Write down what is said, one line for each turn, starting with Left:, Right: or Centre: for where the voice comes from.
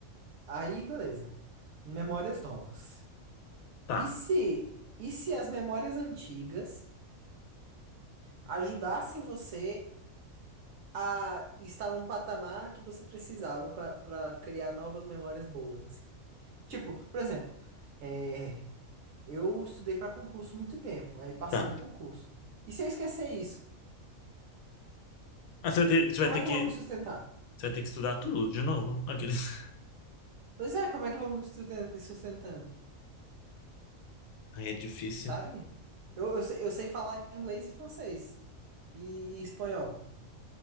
Right: Aí, beleza. Memórias novas.
Left: Tá,
Right: E se, e se as memórias antigas ajudassem você a estar num patamar que você precisava para criar novas memórias boas, assim? Tipo, por exemplo, é, eu estudei para concurso muito tempo, aí passei
Left: tá.
Right: no concurso. E se eu esquecer isso,
Left: Ah, você vai ter, você
Right: como
Left: vai ter
Right: é que
Left: que,
Right: eu vou me sustentar?
Left: você vai ter que estudar tudo de novo. Aqueles... <laughs>
Right: Pois é, como é que eu vou me susten- sustentando,
Left: Aí é difícil.
Right: sabe? Eu, eu, sei, eu sei falar inglês e francês e e espanhol.